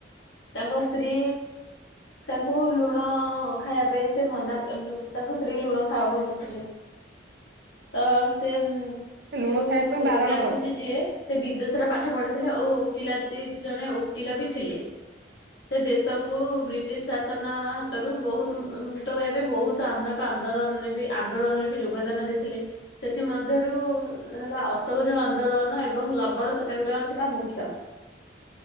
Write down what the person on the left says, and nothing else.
ତାଙ୍କ ସ୍ତ୍ରୀ ତାଙ୍କୁ ଲୁଣ ଖାଇବା ପାଇଁ ସେ ମନା ତାଙ୍କ ସ୍ତ୍ରୀ ଲୁଣ ଖାଉନଥିଲେ। ତ ସେ
ଯୋଉ
ଗାନ୍ଧିଜୀ
ଯିଏ ସେ ବିଦେଶର ପାଠ ପଢିଥିଲେ ଓ ଓକିଲାତୀ ଜଣେ ଓକିଲ ବି ଥିଲେ। ସେ ଦେଶକୁ ବ୍ରିଟିଶ ଶାସନ ହାତରୁ ବହୁତ ମୁକ୍ତ କରିବା ପାଇଁ ବହୁତ ଆନ ଆନ୍ଦୋଳନରେ ବି ଆନ୍ଦୋଳନରେ ବି ଯୋଗଦାନ ଦେଇଥିଲେ। ସେଥି ମଧ୍ୟରୁ ହେଲା ଅସହଯୋଗ ଆନ୍ଦୋଳନ ଏବଂ ଲବଣ ସତ୍ୟାଗ୍ରହ ଥିଲା ମୁଖ୍ୟ।